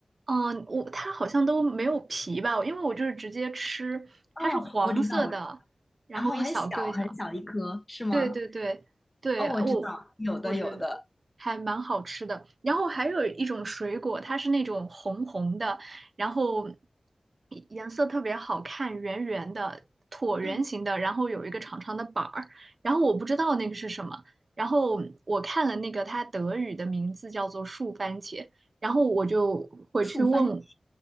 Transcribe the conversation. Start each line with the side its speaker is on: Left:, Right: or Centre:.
Right: 嗯，我它好像都没有皮吧，因为我就是直接吃，
Left: 哦，
Right: 它是黄色的，
Left: 我知道，我知
Right: 然后一小个一小
Left: 然后很小很小一颗，是吗？
Right: 对对对对，
Left: 哦，我知道，
Right: 我我觉得还蛮好吃的。
Left: 有的有的，
Right: 然后还有一种水果，它是那种红红的，然后颜色特别好看，圆圆的，椭圆形的，
Left: 嗯，
Right: 然后有一个长长的板儿。然后我不知道那个是什么，然后我看了那个它德语的名字叫做树番茄，然后我就回去问，
Left: 树番茄，